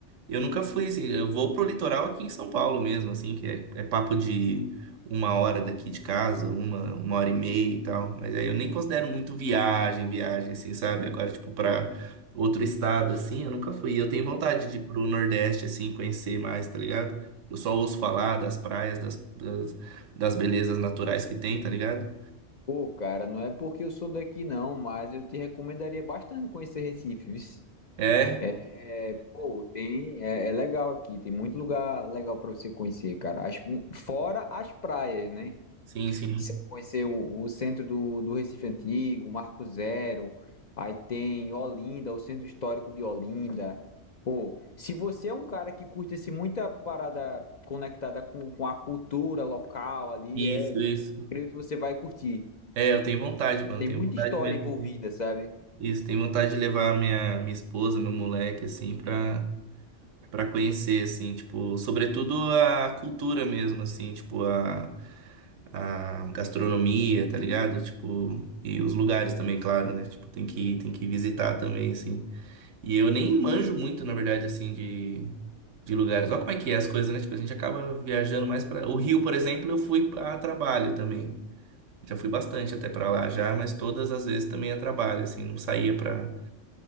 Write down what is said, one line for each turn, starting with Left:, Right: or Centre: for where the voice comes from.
Right: Eu nunca fui assim, eu vou pro litoral aqui em São Paulo mesmo, assim, que é, é papo de uma hora daqui de casa, uma, uma hora e meia e tal. Mas aí eu nem considero muito viagem, viagem, assim, sabe? Agora, tipo, pra outro estado, assim, eu nunca fui. Eu tenho vontade de ir pro Nordeste, assim, conhecer mais, tá ligado? Eu só ouço falar das praias, das, das, das belezas naturais que tem, tá ligado?
Left: Pô, cara, não é porque eu sou daqui não, mas eu te recomendaria bastante conhecer Recife, viu?
Right: É,
Left: É, Pô, tem, é, é legal aqui, tem muito lugar legal para você conhecer, cara. As- fora as praias, né?
Right: sim, sim.
Left: Você conhecer o, o centro do, do Recife Antigo, Marco Zero, aí tem Olinda, o centro histórico de Olinda. Pô, se você é um cara que curte assim, muita parada conectada com, com a cultura local ali,
Right: Isso,
Left: é,
Right: isso.
Left: eu creio que você vai curtir.
Right: É, eu tenho vontade, mano,
Left: Tem
Right: tenho
Left: muita
Right: vontade
Left: história
Right: mesmo,
Left: envolvida,
Right: assim.
Left: sabe?
Right: Isso, tenho vontade de levar minha, minha esposa, meu moleque, assim, pra, pra conhecer, assim, tipo, sobretudo a cultura mesmo, assim, tipo, a, a gastronomia, tá ligado? Tipo, e os lugares também, claro, né? Tipo, tem que, tem que visitar também, assim. E eu nem manjo muito, na verdade, assim, de, de lugares. Olha como é que é as coisas, né? Tipo, a gente acaba viajando mais pra. O Rio, por exemplo, eu fui a trabalho também. Já fui bastante até pra lá já, mas todas as vezes também a trabalho, assim, não saía pra